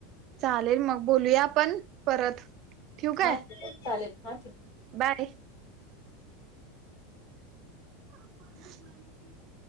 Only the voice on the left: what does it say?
हा ठीक ये चालेल, हा ठेव.